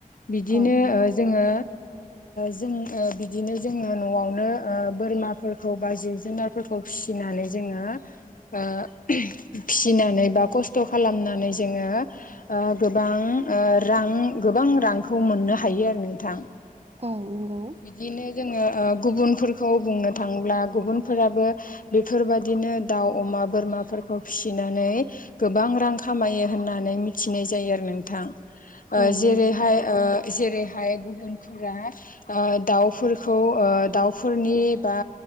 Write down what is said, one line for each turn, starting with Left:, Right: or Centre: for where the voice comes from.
Left: बिदिनो
Right: औ नंगौ
Left: जोंङो। जों बिदिनो जोङो न'आवनो बोरमाफोरखौ बा जिब जुनारफोर खौ फिसिनानै जोंङो। ओ फिसिनानै बा खस्थ' खालामनानै जोंङो। ओ गोबां रां गोबां रांखौ मोननो हायो आरो नोंथां
Right: औ नंगौ
Left: बिदिनो जोङो गुबुनफोरखौ बुंनो थाङोब्ला गुबुनफोराबो बेफोरबायदिनो दाउ अमा बोरमाफोरखौ फिसिनानै गोबां रां खामायो होननानै मिथिनाय जायो आरो नोंथां ओ
Right: औ
Left: जेरैहाय-श
Right: नंगौ
Left: ओ जेरैहाय गुबुनफोरा ओ दाउफोरखौ ओ दाउफोरनि बा